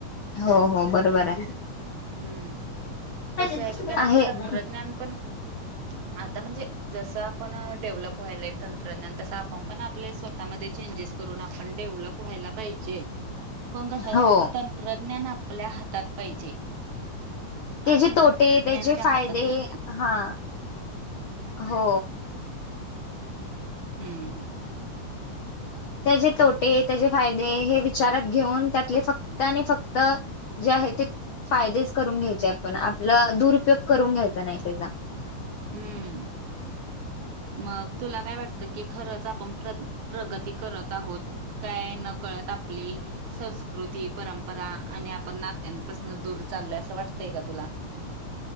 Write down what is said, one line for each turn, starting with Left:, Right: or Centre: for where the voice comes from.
Left: हो -हो बरोबर हाय
Right: हम्म. कसं
Left: <inaudible>
Right: कारण
Left: <inaudible> आहे
Right: की तंत्रज्ञान
Left: <inaudible>
Right: पण आता म्हणजे जसं आपण डेव्हलप व्हायलय तंत्रज्ञान तस आपण पण आपले स्वतःमध्ये चेंजेस करून आपण डेव्हलप व्हायला पाहिजे. पण कसं
Left: हो
Right: तंत्रज्ञान आपल्या हातात पाहिजे.
Left: तेजे
Right: आपण
Left: तोटे
Right: तंत्रज्ञानाच्या
Left: त्याचे फायदे
Right: हातात नसते.
Left: हा, हो.
Right: हम्म
Left: त्याजे तोटे त्याजे फायदे हे विचारात घेऊन त्यातले फक्त आणि फक्त जे आहे ते फायदेच करून घ्यायचेय पण आपला दुरुपयोग करून घ्यायचा नाही तेजा.
Right: हम्म, मग तुला काय वाटत कि खरंच आपण प्रद- प्रगती करत आहोत काय नकळत आप पली संस्कृती परंपरा आणि आपण नात्यांपासून दूर चालोय असं वाट तय का तुला?